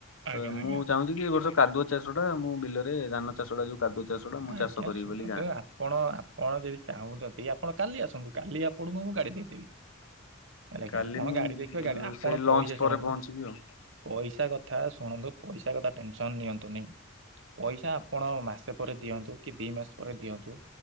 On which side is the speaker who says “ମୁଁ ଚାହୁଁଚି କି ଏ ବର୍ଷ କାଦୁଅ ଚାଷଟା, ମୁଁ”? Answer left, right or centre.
Left